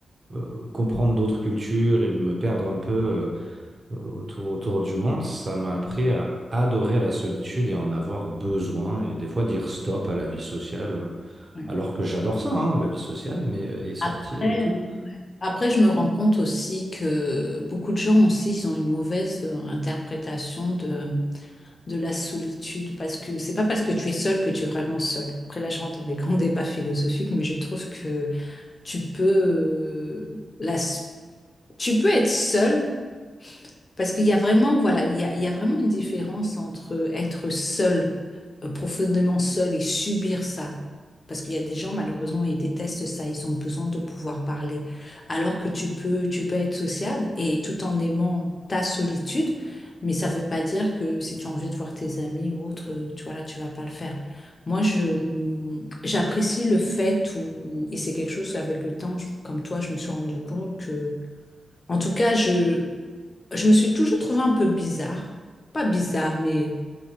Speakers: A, on the right (about 30°); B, on the left (about 30°).
A: euh, comprendre d'autres cultures et de me perdre un peu. euh, autour, autour du monde, ça m'a appris à adorer la solitude et à en avoir besoin, et des fois dire stop à la vie sociale, euh,
B: ouais.
A: alors que j'adore ça, hein, la vie sociale, mais euh, et sortir
B: Après,
A: et tout.
B: Après, je me rends compte aussi que beaucoup de gens aussi, ils ont une mauvaise euh, interprétation de, de la solitude, parce que c'est pas parce que tu es seul que tu es vraiment seul. Après, là, je rentre dans les <laughs> grands débats philosophiques, mais je trouve que tu peux, euh, la, tu peux être seul parce qu'il y a vraiment, voilà, il y a, il y a vraiment une différence entre être seul, euh, profondément seul et subir ça. Parce qu'il y a des gens, malheureusement, ils détestent ça, ils ont besoin de pouvoir parler. Alors que tu peux, tu peux être sociable et tout en aimant ta solitude, mais ça ne veut pas dire que si tu as envie de voir tes amis ou autre, euh, tu vois là, tu vas pas le faire. Moi, je, j'apprécie le fait où, et c'est quelque chose avec le temps, je- comme toi, je me suis rendu compte que, en tout cas, je, je me suis toujours trouvée un peu bizarre. Pas bizarre, mais